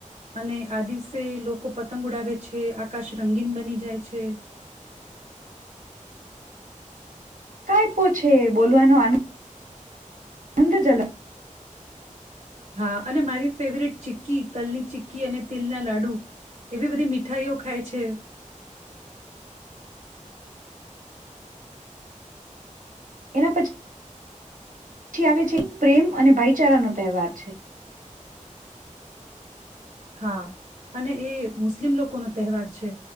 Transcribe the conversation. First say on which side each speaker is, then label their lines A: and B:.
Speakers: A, on the right; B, on the right.
A: અને આ દિવસે લોકો પતંગ ઉડાવે છે આકાશ રંગીન બની જાય છે
B: કઈ પો છેે બોલવાનો આનંદ <inaudible>
A: હા અને મારી ફેવરિટ ચિક્કી તલની ચિક્કી અને તિલના લાડુ એવી બધી મીઠાાઈઓ ખાય છે
B: એના પછી પછી આવે છે પ્રેમ અને ભાઈચારાનો તહેવાર છે
A: હા અને એ મુસ્લિમ લોકોનો તહેવાર છે